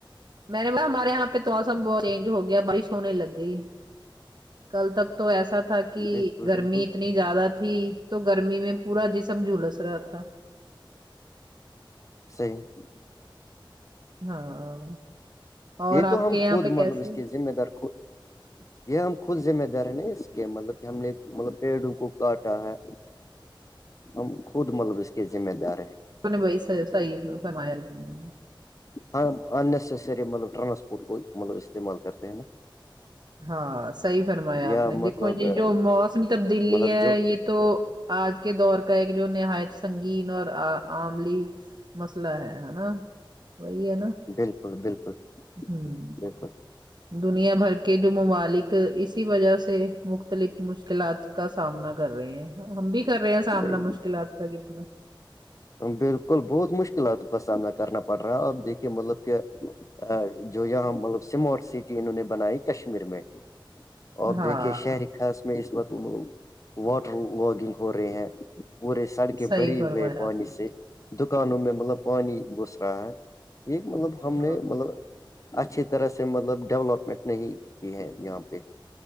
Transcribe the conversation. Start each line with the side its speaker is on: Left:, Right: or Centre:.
Right: میں نے ب ہمارے یہاں پہ تو موسم بہت چینج ہو گیا بارش ہونے لگئی کل تک تو ایسا تھا کہ
Left: بالکل
Right: گرمی
Left: بالکل
Right: ات نی زیادہ تھی تو گرمی میں پورا جسم جھلس رہا تھا
Left: صحیح <unintelligible>
Right: ہاں اور
Left: یہ تو
Right: آپ
Left: ہم
Right: کے
Left: خود
Right: یہاں پہ کیسے
Left: مطلب اس
Right: <unintelligible>
Left: کے ذمہ دار کو <unintelligible> یہ ہم خود ذمہ دار ن اس کے مطلب کہ ہم نے مطلب پیڑوں کو کاٹا ہے ہم خود مطلب اس کے ذمہ دار ہیں
Right: نے بیحی فرمایا <unintelligible>
Left: ہاں ان نسیسری مطلب ٹرانسپورٹ کو مطلب استعمال کرتے ہیں نا
Right: ہاں صحی فرمایا آپ
Left: یا
Right: نے
Left: مطلب
Right: دیکھو جی جو موسم تبدیلی
Left: مطلب
Right: ہے
Left: جو
Right: یہ تو آج کے دور کا ایک جو نہایت سنگین اور عملی <unintelligible> مسئلہ ہے ہ نا وہی ہے نا
Left: بالکل بالکل
Right: ہوں
Left: بالکل
Right: دنیا بھر کے کہ جو ممالک اسی وجہ سے مختلف مشکلات کا سامنا کر رہے ہیں ہم بھی کر رہے ہیں سامنا
Left: صحیح
Right: مشکلات کا کتنا
Left: بالکل بہت مشکلات کا سامنا کرنا پڑ رہا اب دیکھیے مطلب کہ ا جو یہاں مطلب سمارٹ سٹی انہوں نے بنائی کشمیر میں اب
Right: ہاں
Left: دیکھیے شہر خاص اس وقت وہ لوگ واٹر واگنگ ہو رہے ہیں پورے سڑکیں
Right: صحیح
Left: بری
Right: فرمایا
Left: ہوئے <unintelligible> پانی
Right: آپ نے
Left: سے دکانوں میں مطلب پانی گس رہا ہے یہ مطلب ہم
Right: ہوں
Left: نے مطلب <unintelligible> اچھی طرح سے مطلب ڈیولپمنٹ نہیں کی ہے یہاں پہ